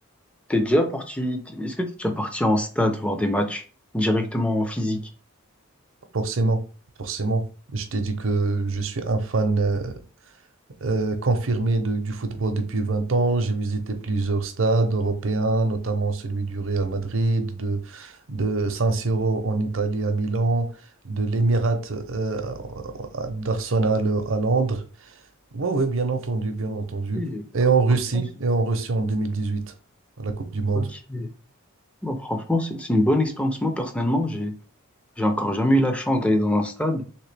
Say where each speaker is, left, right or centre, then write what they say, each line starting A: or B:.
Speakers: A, in the centre; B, on the right.
A: t'es déjà parti, est-ce que t'es déjà parti en stade voir des matchs directement en physique?
B: forcément, forcément. Je t'ai dit que je suis un fan euh, euh, confirmé de- du football depuis 20 ans. J'ai visité plusieurs stades européens, notamment celui du Real Madrid, de, de San Siro en Italie à Milan, de l'Émirat euh, d'Arsenal à Londres. Oui, oui, bien entendu, bien entendu.
A: Et,
B: Et
A: bah,
B: en Russie,
A: franchement, c'est-
B: et en Russie en 2018, à la Coupe du Monde.
A: ok. Bon, franchement, c'est c'est une bonne expérience. Moi, personnellement, j'ai j'ai encore jamais eu la chance d'aller dans un stade.